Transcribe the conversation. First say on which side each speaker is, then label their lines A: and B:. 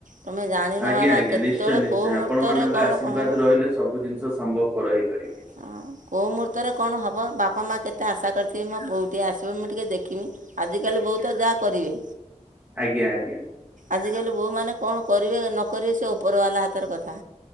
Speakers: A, on the right (about 75°); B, on the right (about 15°).
A: ତମେ ଜାଣିନ
B: ଆଜ୍ଞା
A: ବାବା
B: ଆଜ୍ଞା
A: କେତେବେଳେ
B: ନିଶ୍ଚୟ ନିଶ୍ଚୟ
A: କୋଉ
B: ଆପଣ
A: ମୁହୂର୍ତ୍ତରେ
B: ମାନଙ୍କ
A: କଣ
B: ଆଶୀର୍ବାଦ
A: କଣ ହେବ।
B: ରହିଲେ ସବୁ ଜିନିଷ ସମ୍ଭବ ପର ହେଇପାରିବ।
A: ହଁ କୋଉ ମୁହୂର୍ତ୍ତରେ କଣ ହେବ ବାପା ମା କେତେ ଆଶା କରିଥିବେ ମୋ ବୋଉ ଟିକଏ ଆସିବନ ମୁଁ ଟିକେ ଦେଖିବି। ଆଜିକାଲି ବହୁତ ଯାହା କରିବେ।
B: ଆଜ୍ଞା ଆଜ୍ଞା
A: ଆଜିକାଲି ବୋଉମାନେ କଣ କରିବେ ନ କରିବେ ସେ ଉପରବାଲା ହାତର କଥା।